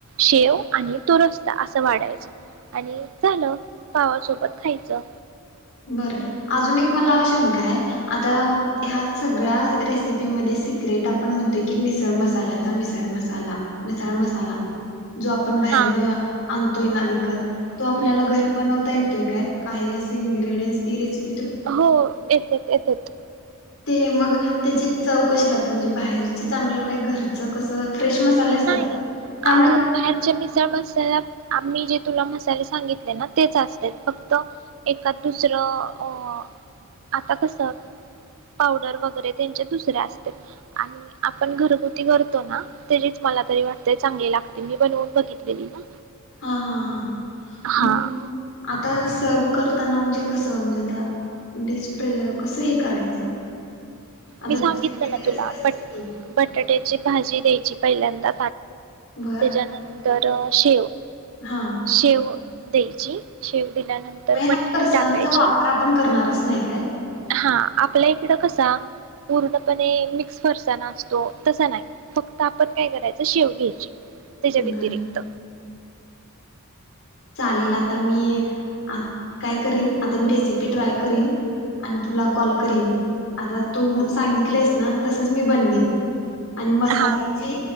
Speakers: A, on the right; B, on the left.
A: शेव आणि तुरस्ता असं वाढायच आणि झालं पावासोबत खायचं
B: बर अजून एक मला शंका हाय आता ह्या सगळ्या रेसिपीमध्ये सिक्रेट आपण म्हणतोय की मिसळ मसाल्याचा मिसळ मसाला मिसळ मसाला जो आपण बाहेरनं
A: हा
B: आणतोय ना विकत तो
A: हम्म
B: आपल्याला घरी बनवता येत ते काय काही अस इन्ग्रेडियंस ती रेसिपी
A: हो येत येत. येत.
B: ते मग त्याची चव कशी लागते म्हणजे बाहेरची चांगलं काय घरचं कसं फ्रेश मसाले असतात.
A: नाही
B: त्यामुळे
A: अ बाहेरच्या मिसळ मसाल्यात आम्ही जे तुला मसाले सांगितले ना तेच असत्यात फक्त एखाद दुसरं, अ आता कस पावडर वगैरे त्यांचे दुसरे असत्यात आणि आपण घरगुती करतो ना,. तेजीच मला तरी वाटतेय चांगली लागते मी बनवून बघितलेली ना.
B: हा हा हा
A: हा
B: मगं आता सर्व. करताना म्हणजे कस म्हणजे आता डीसप्रेर कस हे करायचं. आता
A: मी सांगितलं
B: तू सांगितलंस
A: ना तुला
B: तसच
A: ब
B: की
A: बटाट्याची भाजी द्यायची जी पहिल्यांदा.
B: बर
A: तेच्या नंतर तर शिव,.
B: हा मग
A: शेव. दहीची शेव, केल्या नंतर
B: ह्या
A: मटकी
B: फरसाणाचा
A: टाकायची
B: वापर आपण करणारच नाही काय
A: हा आपल्या ही तिथ कसां? पूर्णपणे मिक्स फरसाना असतो तसा नाय फक्त आपण काय करायचं शेव घ्यायचं त्याच्या व्यतिरिक्त
B: बर. चालेल आता मी आत काय करीन आता, मी रेसिपी ट्राय करीन, आणि तुला कॉल करीन, आता तू सांगितलंयस ना तसच मी बनवीन. आणि मसाल्याची
A: हा